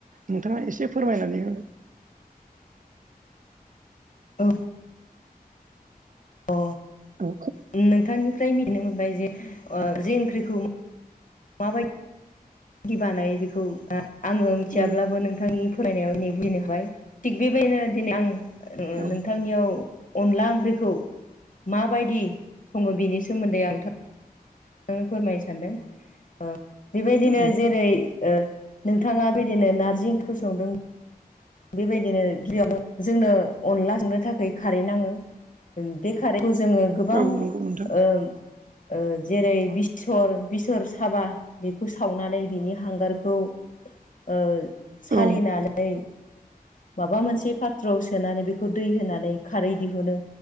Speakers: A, on the right; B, on the left.
A: नोंथांआ एसे फोरमायनानै हो
B: औ अ
A: औ
B: नोंथांनिफ्राय मिथिनो मोनबाय जे ओ जे ओंख्रिखौ माबायदि बायदि बानायो बेखौ आङो मिथियाब्लाबो
A: औ
B: नोंथांनि फरायनायाव दिनै बुजिनो हाबाय थिग बेबायदिनो दिनै आं ओ
A: औ
B: नोंथांनियाव अनला ओंख्रिखौ माबायदि सङो बिनि सोमोन्दै आंथ नो फोरमायनो सानदों ओ बेबायदिनो
A: औ
B: जेरै ओ नोंथाङा बिदिनो नारजि ओंख्रिखौ संदों बेबायदिनो गिबियावनो जोंनो अनला संनो थाखाय खारै नाङो बे खारैखौ जोङो गोबां
A: औ नंगौ नोंथां
B: ओ ओ जेरै बेसर बेसर साबा बेखौ सावनानै बिनि हांगारखौ ओ सालिनानै
A: औ
B: माबा मोनसे पााथ्रआव सोनानै बेखौ दै होनानै खारै दिहुनो